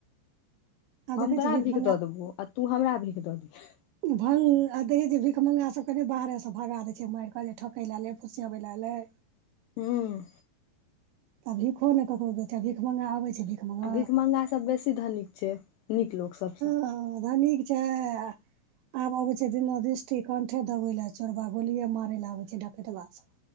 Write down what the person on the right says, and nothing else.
आब
देखै
छियै
भिख
भ्गं आ देखै छीयै भिखमंगा सबके नै बाहरे सँ भगा दै छैय माएर कऽ जे ठकै लै ऐल ए फुसियाबै लै एल ए।
तऽ भीखो नै ककरो देतै, भीख मंगा आबै छै भीख मंगा
औ धनीक। छै आ आब अबे छै दिनादृष्टि कंठे दबेला चोरबा गोलिये मारे ले आबे छै डकैतबा सब।